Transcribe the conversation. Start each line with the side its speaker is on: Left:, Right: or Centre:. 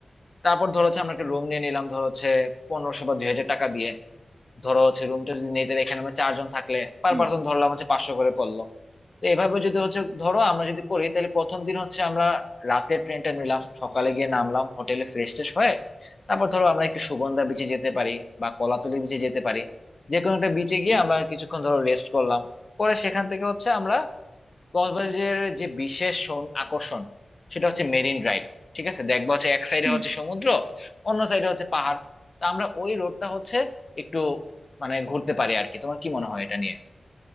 Left: তারপর ধরো হচ্ছে আমরা একটা রুম নিয়ে নিলাম ধরো হচ্ছে পনেরোশো বা দুই হাজার টাকা দিয়ে ধরো হচ্ছে রুমটা যদি নেই তাহলে এখানে আমরা চারজন থাকলে পার
Right: হুম
Left: পার্সন ধরলাম হচ্ছে পাঁচশো করে পড়লো তো এভাবে যদি হচ্ছে ধরো আমরা যদি করি তাহলে প্রথম দিন হচ্ছে আমরা রাতের ট্রেনটা নিলাম সকালে গিয়ে নামলাম হোটেলে ফ্রেশ ট্রেশ হয়ে তারপর ধরো আমরা একটু সুগন্ধা বিচে যেতে পারি বা কলাতলি বিচে যেতে পারি যে কোনো একটা বিচে গিয়ে
Right: হুম
Left: আমরা কিছুক্ষণ ধরো রেস্ট করলাম পরে সেখান থেকে হচ্ছে আমরা কক্সবাজারের যে বিশেষ সৌন- আকর্ষণ সেটা হচ্ছে মেরিন ড্রাইভ ঠিক আছে দেখবা হচ্ছে এক সাইডে
Right: হুম
Left: হচ্ছে সমুদ্র অন্য সাইডে হচ্ছে পাহাড় তা আমরা ওই রোডটা হচ্ছে একটু মানে ঘুরতে পারি আর কি তোমার কি মনে হয় এটা নিয়ে